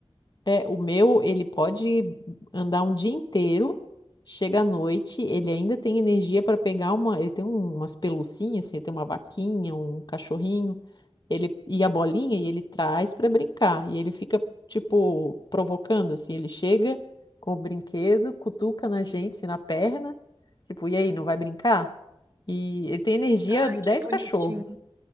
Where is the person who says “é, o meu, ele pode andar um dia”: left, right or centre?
Left